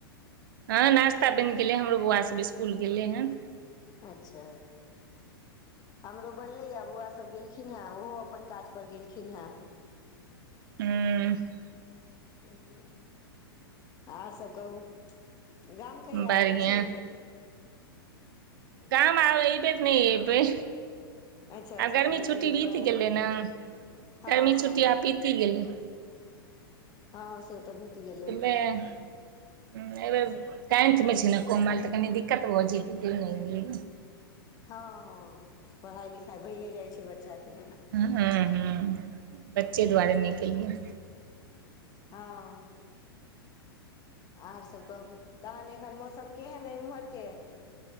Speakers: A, on the right; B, on the left.
A: हँ नास्ता बइन गेलै हमरो बौआसभ इसकुल गेलै हन
B: अच्छा हमरो बनलै या बोआ सभ गेलखिन हे ओहो अपन काज पर गेलखिन हेँ
A: <inaudible> हूँ
B: तेइ दुआरे आर सभ कहू गाम कहिया
A: बढ़िआ
B: आबै छी
A: गाम आब अइ बेर नइ अबै
B: अच्छा अच्छा
A: आब गर्मी
B: एहिबेर
A: छुट्टी
B: नहि एबै
A: बीत गेलै ने
B: हँ
A: गर्मी
B: हँ
A: छुट्टी आब बीति गेलै
B: हँ से तऽ गेलै
A: ऐमेह ऐ बेेर टेंथमे छै ने कमल तऽ कनि दिक्कत भऽ जेतै तै नइ एलिए
B: हँ हँ पढ़ाइ लिखाइ भइए जाइ छै बच्चाके
A: हूँ हूँ बच्चे दुआरे नइ कलियै
B: हँ आर सब कहू तहन एखन मौसम केहन ए उम्हर के